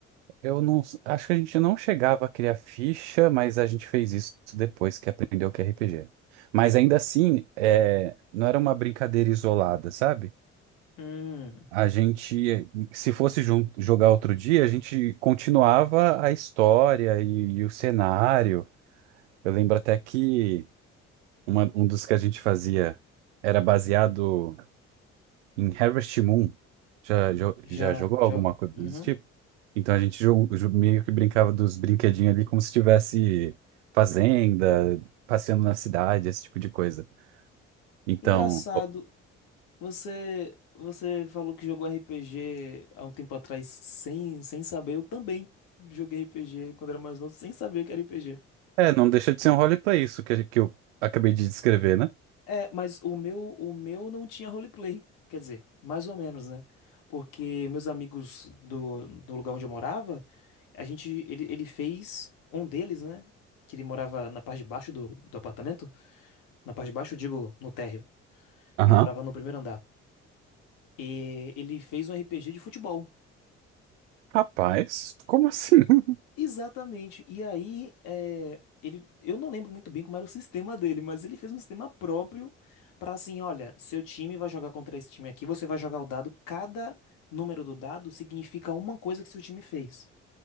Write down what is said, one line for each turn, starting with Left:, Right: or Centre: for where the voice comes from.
Right: Eu não, acho que a gente não chegava a criar ficha, mas a gente fez isso depois que aprendeu o que é RPG. Mas ainda assim, é, não era uma brincadeira isolada, sabe?
Left: Hum,
Right: A gente, se fosse jun- jogar outro dia, a gente continuava a história e, e o cenário. Eu lembro até que uma- um dos que a gente fazia era baseado. em Harvest Moon. Já, jo-
Left: já,
Right: já jogou
Left: já.
Right: alguma coisa
Left: Uhum.
Right: desse tipo? Então a gente jo- jo- meio que brincava dos brinquedinhos ali como se estivesse fazenda, passeando na cidade, esse tipo de coisa. Então,
Left: Engraçado, você você falou que jogou RPG há um tempo atrás sem, sem saber, eu também joguei RPG quando era mais novo sem saber que era RPG.
Right: é, não deixa de ser um roleplay isso que, que eu acabei de descrever, né?
Left: É, mas o meu, o meu não tinha roleplay. Quer dizer, mais ou menos, né? Porque meus amigos do, do lugar onde eu morava, a gente, ele, ele fez um deles, né? Que ele morava na parte de baixo do, do apartamento. Na parte de baixo, eu digo, no térreo.
Right: Aham.
Left: E eu morava no primeiro andar. E ele fez um RPG de futebol.
Right: Rapaz, como assim? <laughs>
Left: Exatamente. E aí, é, ele, eu não lembro muito bem como era o sistema dele, mas ele fez um sistema próprio para assim, olha, seu time vai jogar contra esse time aqui, você vai jogar o dado, cada número do dado significa uma coisa que seu time fez.